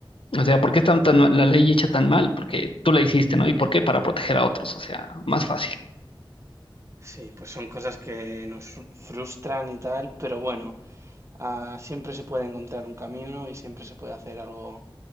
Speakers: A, on the left (about 80°); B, on the right (about 30°).
A: o sea, ¿por qué están tan, mal- la ley hecha tan mal? Porque tú la hiciste, ¿no? ¿Y por qué? Para proteger a otros, o sea, más fácil.
B: Sí, pues son cosas que nos fru- frustran y tal, pero bueno, ah, siempre se puede encontrar un camino y siempre se puede hacer algo